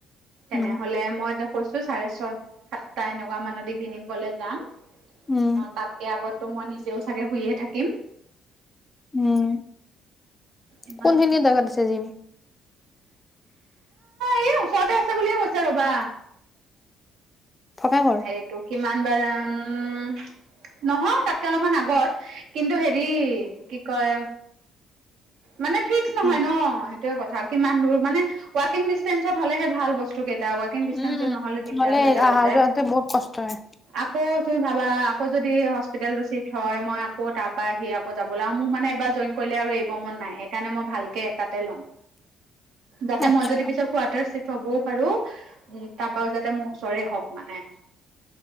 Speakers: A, on the right; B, on the left.
A: তেনে
B: উম
A: হ'লে মই কৈছো চাৰে ছয় সাতটা এনেকুৱা মানত ইভিনিং গ'লে যাম।
B: উম
A: না তাতকে আগতো মই নিজে তেৱ চাগে শুইয়ে থাকিম।
B: উম।
A: ইমান
B: কোনখিনি জেগাত আছে জিম?
A: এই ওচৰতে আছে বুলিয়ে কৈছে ৰ'বা।
B: থকা ঘৰ?
A: হেৰিটো কিমান ভাড়া? উম, নহয় তাতকে অলপমান আগত কিন্তু হেৰি কি কয় মানে ফিক্স নহয়
B: উম,
A: ন। সেইটোৱে কথা কিমান দূৰ মানে ৱাকিং ডিচটেনচ। হ'লেহে ভাল বস্তু তোৰ কেটা ৱািকং ডিচনটেচত
B: উম।
A: নহলে দিগদাৰ হৈ যাব
B: আহা
A: যে
B: যোৱাতে বহুত কষ্ট হয়।
A: আকৌ তুমি ভাবা আকৌ যদি হস্পিতেলতটো চিফট হয় মই আকৌ আকৌ তাৰ পৰা আহি আকৌ যাবলৈ আৰু মোৰ মানে এইবাৰ জইন কৰিলে আৰু বঙন নাই সেইকাৰণে মই ভাল তাতে ল'ম যাতে
B: আচ্ছা,
A: মই যদি পিছত কোৱাটাৰ চিফট। থবও পাৰোঁ। উম, তাৰপাও যাতে মোৰ ওচৰে হওঁক মানে।